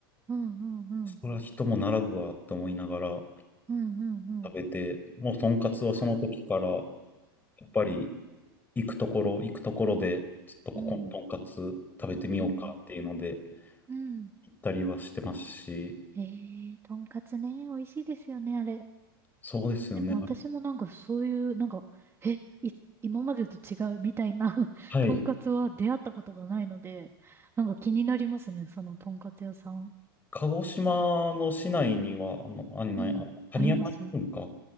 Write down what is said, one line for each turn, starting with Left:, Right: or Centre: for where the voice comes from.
Right: うんうんうん。
Left: それは人も並ぶわって思いながら
Right: うんうんうん。
Left: 食べて、もうとんかつはその時から、
Right: うわ
Left: やっぱり行くところ、行くところで、ちょっとここのとんかつ食べてみようかっていうので、
Right: ーうんうんうんうん。うん
Left: 行ったりはしてますし、
Right: ええー、とんかつね、美味しいですよね、あれ。
Left: そうですよね。
Right: でも私もなんかそういう、
Left: あれ
Right: なんか、え、い、今までと違うみたいな <laughs>
Left: はい。
Right: とんかつは出会ったことがないので、なんか気になりますね、そのとんかつ屋さん。
Left: 鹿児島の市内には、あの、あんな、
Right: うん。
Left: あの谷山に行くんか。
Right: あります